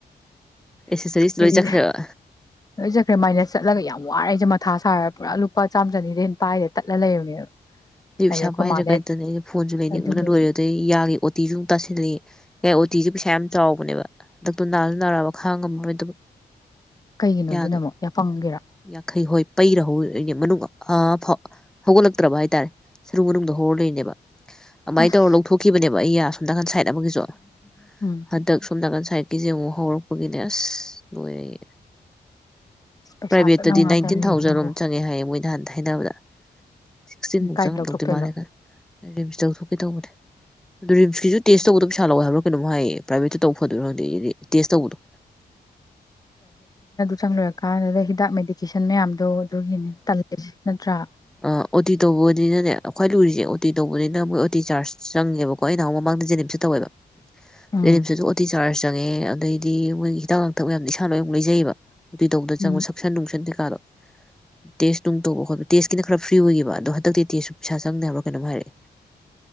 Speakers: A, in the centre; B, on the left.
A: ꯑꯦꯁꯦꯁꯔꯤꯁ
B: ꯑꯩ
A: ꯂꯣꯏ ꯆꯠꯈ꯭ꯔꯦꯕ
B: ꯂꯣꯏ ꯆꯠꯈ꯭ꯔꯦ ꯃꯥꯏꯅꯁ ꯆꯠꯂꯒ ꯌꯥꯝ ꯋꯥꯔꯦ ꯑꯩꯁꯦ ꯃꯊꯥ ꯁꯥꯔꯒ ꯄꯨꯔꯥ ꯂꯨꯄꯥ ꯆꯥꯝ ꯆꯅꯤꯗ ꯍꯦꯟ ꯄꯥꯏꯗꯦ ꯇꯠꯂ ꯂꯩꯕꯅꯦꯕ
A: <unintelligible>
B: ꯑꯗꯩ ꯑꯩꯈꯣꯏ ꯃꯥꯗ
A: ꯐꯣꯟꯁꯨ ꯂꯩꯅꯤꯡꯕꯅ
B: ꯑꯗꯨꯅꯤ
A: ꯂꯣꯏꯔꯦ ꯑꯗꯩ ꯌꯥꯒꯤ ꯑꯣꯇꯤꯁꯨꯨ ꯑꯃꯨꯛ ꯇꯥꯁꯤꯜꯂꯤ <unintelligible> ꯄꯩꯁꯥ ꯌꯥꯝ ꯆꯥꯎꯕꯅꯦꯕ ꯍꯟꯗꯛꯇꯨ ꯅꯥꯁꯨ ꯅꯥꯔꯛꯑꯕ ꯈꯥꯡ ꯉꯝꯃꯔꯣꯏꯗꯕ꯫
B: ꯀꯩꯒꯤꯅꯣ
A: ꯌꯥꯗꯣ
B: ꯑꯗꯨꯅ ꯑꯃꯨꯛ ꯌꯥꯄꯪꯒꯤꯔ
A: ꯌꯥꯡꯈꯩ ꯍꯣꯏ ꯄꯩꯔ ꯍꯧ ꯑꯩꯁꯦ ꯃꯅꯨꯡꯗ ꯑ ꯍꯧꯒꯠꯂꯛꯇ꯭ꯔꯕ ꯍꯥꯏꯇꯥꯔꯦ꯫ ꯁꯔꯨ ꯃꯅꯨꯡꯗ ꯍꯧꯔ ꯂꯩꯔꯤꯅꯦꯕ꯫ ꯑꯗꯨꯃꯥꯏ
B: ꯑꯁ
A: ꯇꯧꯔ ꯂꯧꯊꯣꯛꯈꯤꯕꯅꯦꯕ ꯑꯩꯒꯥ ꯌꯥꯁꯨ꯫ ꯅꯥꯀꯟ ꯁꯥꯏꯠ ꯑꯃꯒꯤꯁꯨ꯫
B: ꯎꯝ
A: ꯍꯟꯗꯛ ꯁꯣꯝꯅꯥꯀꯟ ꯁꯥꯏꯠ ꯁꯥꯏꯠꯀꯤꯖꯤ ꯑꯃꯨꯛ ꯍꯧꯎꯔꯛ ꯄꯒꯤꯅꯦ ꯑꯁ ꯂꯣꯏꯔꯦ
B: ꯄꯩꯁꯥ
A: ꯄ꯭ꯔꯥꯏꯚꯦꯠꯇꯗꯤ
B: ꯆꯠꯅꯕ ꯉꯥꯛꯇꯅꯦꯕꯨ
A: ꯅꯥꯏꯟꯇꯤꯟ ꯊꯥꯎꯖꯟꯔꯣꯝ ꯆꯪꯉꯦ ꯍꯥꯏꯌꯦ ꯃꯣꯏ ꯅꯍꯥꯟ ꯊꯩꯅꯕꯗ ꯁꯤꯛꯁꯇꯤꯟꯃꯨꯛ
B: ꯀꯥꯏꯗ
A: ꯆꯪꯉꯝꯗꯧꯗꯤ
B: ꯂꯧꯊꯣꯛꯇꯣꯏꯅꯣ
A: ꯃꯥꯜꯂꯦꯗ꯫ ꯔꯤꯝꯁꯇ ꯂꯧꯊꯣꯛꯀꯦ ꯇꯧꯕꯅꯦ ꯑꯗꯨ ꯔꯤꯝꯁꯀꯤꯁꯨ ꯇꯦꯁ ꯇꯧꯕꯗꯣ ꯄꯩꯁꯥ ꯂꯧꯋꯦꯕ ꯍꯥꯏꯕ꯭ꯔꯥ ꯀꯩꯅꯣꯝ ꯍꯥꯏꯌꯦ ꯄ꯭ꯔꯥꯏꯚꯦꯠꯇ ꯇꯧ ꯐꯗꯣꯏꯔꯣ ꯈꯪꯗꯦ ꯇꯦꯁ ꯇꯧꯕꯗꯣ꯫
B: ꯆꯪꯂꯣꯏꯔ ꯀꯥꯟꯗꯨꯗ ꯍꯤꯗꯥꯛ ꯃꯦꯗꯤꯀꯦꯁꯟ ꯃꯌꯥꯝ ꯑꯗꯣ ꯑꯗꯨꯒꯤꯅꯤ ꯇꯜꯂꯤꯁꯦ ꯅꯠꯇ꯭ꯔꯥ
A: ꯑ ꯑꯣ ꯇꯤ ꯇꯧꯕꯅꯤꯅꯅꯦ ꯈ꯭ꯋꯥꯏ ꯂꯨꯔꯤꯁꯦ ꯑꯣ ꯇꯤ ꯇꯧꯕꯅꯤꯅ ꯃꯣꯏ ꯑꯣꯇꯤ ꯆꯥꯔꯖ ꯆꯪꯉꯦꯕꯀꯣ ꯑꯩ ꯅꯍꯥꯟꯃꯨꯛ ꯃꯃꯥꯡꯗ ꯖꯦꯅꯤꯝꯁ ꯇꯧꯋꯦꯕ
B: ꯎꯝ
A: ꯖꯦꯅꯤꯝꯁꯤꯇꯁꯨ ꯑꯣꯇꯤ ꯆꯥꯔꯖ ꯆꯪꯉꯦ ꯑꯗꯩꯗꯤ ꯃꯣꯏꯒꯤ ꯍꯤꯗꯥꯛ ꯂꯥꯡꯊꯛ ꯃꯌꯥꯝꯗꯤ ꯏꯁꯥ ꯂꯣꯏꯅ ꯑꯃꯨꯛ ꯂꯩꯖꯩꯑꯕ ꯗꯣꯛꯇꯔ
B: ꯎꯝ
A: ꯆꯪꯕ ꯁꯛꯁꯟ ꯅꯨꯡꯁꯟ ꯀꯩꯀꯥꯗꯣ ꯇꯦꯁ ꯅꯨꯡ ꯇꯧꯕ ꯈꯣꯠ ꯇꯦꯁꯀꯤꯅ ꯈꯔ ꯐ꯭ꯔꯤ ꯑꯣꯏꯒꯤꯕ ꯑꯗꯣ ꯍꯟꯗꯛꯇꯤ ꯇꯦꯁꯁꯨ ꯄꯩꯁꯥ ꯆꯪꯅꯤꯑꯕ꯭ꯔꯥ ꯀꯩꯅꯣꯝ ꯍꯥꯏꯔꯛꯏ